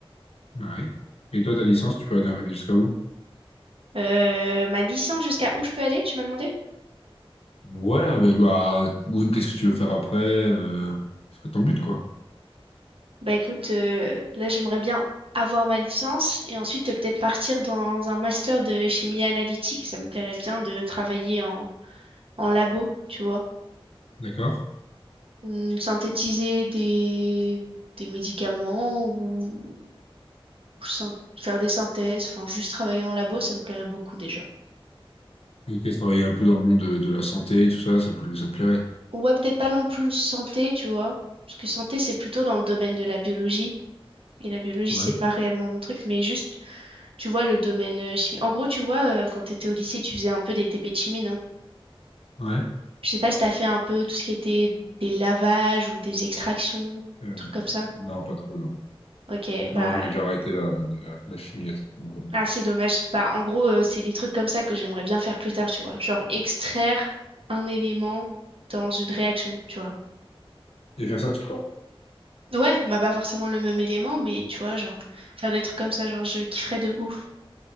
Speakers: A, on the left; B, on the right.
A: Bah oui. Et toi, ta licence, tu peux arriver jusqu'à où?
B: Euh, ma licence, jusqu'à où je peux aller, tu m'as demandé?
A: Ouais, bah, bah, oui, qu'est-ce que tu veux faire après? euh, c'est pas ton but, quoi.
B: Bah écoute, euh, là j'aimerais bien avoir ma licence et ensuite euh, peut-être partir dans un master de chimie analytique. Ça me plairait bien de travailler en, en labo, tu vois.
A: D'accord.
B: Hmm, synthétiser des, des médicaments ou, ou syn- faire des synthèses, enfin juste travailler en labo, ça me plairait beaucoup déjà.
A: Ok, travailler un peu dans le monde de, de la santé, tout ça, ça, te- ça te plairait.
B: Ouais, peut-être pas non plus santé, tu vois. Parce que santé, c'est plutôt dans le domaine de la biologie. Et la biologie,
A: Ouais.
B: c'est pas réellement mon truc, mais juste, tu vois, le domaine euh, chimie. En gros, tu vois, euh, quand t'étais au lycée, tu faisais un peu des TP de chimie, non?
A: Ouais.
B: Je sais pas si t'as fait un peu tout ce qui était des lavages ou des extractions,
A: Euh,
B: trucs comme ça.
A: non, pas trop, non.
B: Ok, bah,
A: Non, j'avais déjà arrêté la, la, la chimie. à ce moment-là.
B: ah, c'est dommage. Bah, en gros, euh, c'est des trucs comme ça que j'aimerais bien faire plus tard, tu vois. Genre, extraire un élément dans une réaction, tu vois.
A: Et faire ça tout le temps.
B: Ouais, bah, pas forcément le même élément, mais tu vois, genre, faire des trucs comme ça, genre, je kifferais de ouf.